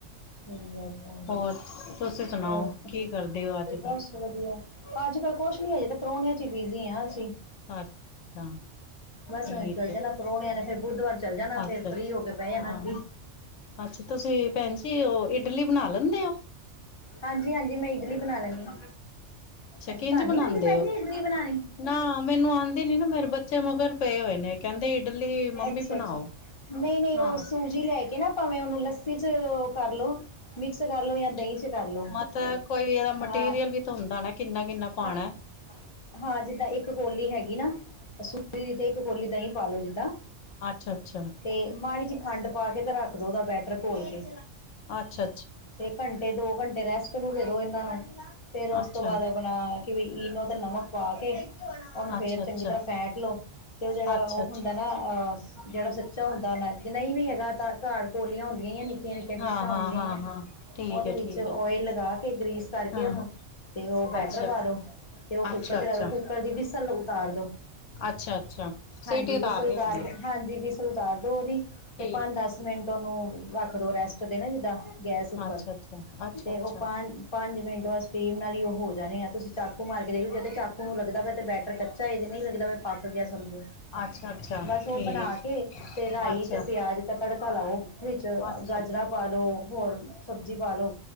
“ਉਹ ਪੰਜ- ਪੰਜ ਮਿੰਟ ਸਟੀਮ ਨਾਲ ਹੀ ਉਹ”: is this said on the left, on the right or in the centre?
Left